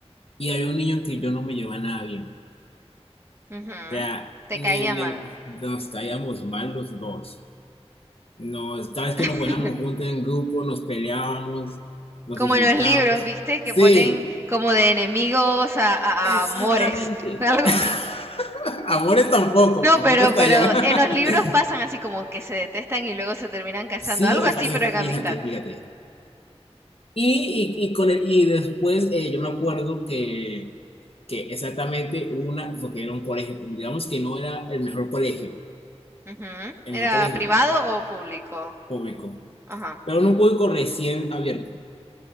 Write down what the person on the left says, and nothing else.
y había un niño que yo no me llevaba nada bien.
O sea,
le-
le-
nos caíamos mal los dos. Nos, cada vez
que nos poníamos juntos en grupo, nos peleábamos, nos
insultábamos.
Sí,
exactamente.
<laughs> Amores tampoco,
tampoco
está
allá.
<laughs>
Sí,
y fa-
fíjate, fíjate. Y, y, y con el- y después eh, yo me acuerdo que, que exactamente una, porque era un colegio, público, digamos que no era el mejor colegio,
el
mejor colegio
público,
pero era un público recién abierto,